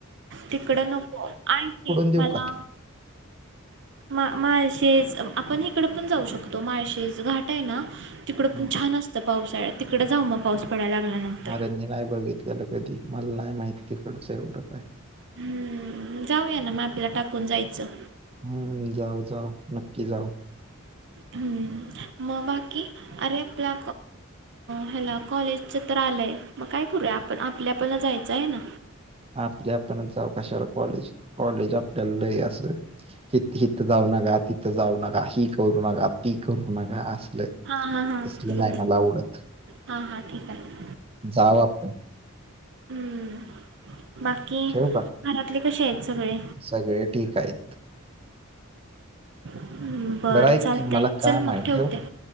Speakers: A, on the right (about 60°); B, on the right (about 25°).
A: तिकड नको ऐक
B: देऊ
A: मला
B: का
A: माळशे आपण हिकड पण जाऊ शकतो माळशेस घाट आहे ना तिकडं
B: हम्म,
A: पण छान असतं पावसाळ्यात तिकडे जाऊ मग पाऊस पडायला लागल्यानंतर.
B: अरे मी नाही बघित. त्याला कधी मला नाही माहिित तिकडच एवढं काय.
A: हम्म जाऊया ना मापीला टाकून जायचं.
B: हम्म जाऊ जाऊ नक्की जाऊ.
A: हम्म मग बाकी अरे आपल्या ह्याला कॉलेजच तर आलंय मग काय करूया आपण आपल्या आपला जायचं आहे ना.
B: आपल्या आपण जाऊ कशाला कॉलेज कॉलेज आपल्याला ल अस हिथं जाऊ नका तिथं जाऊ नका ही करू नका ती करू नका अस.
A: हां, हां, हां.
B: तसले नाही
A: बरोबर.
B: मला आवडत
A: हां, हां. ठीक आहे.
B: जाव आपण.
A: हम्म. बाकी
B: ठेवू का
A: घरातली कशी आहेत. सगळे?
B: सगळे ठीक आहेत.
A: हं,
B: बरं आहे
A: चालतंय.
B: की मला काम
A: चल मग
B: आहे
A: ठेवते.
B: ठेव का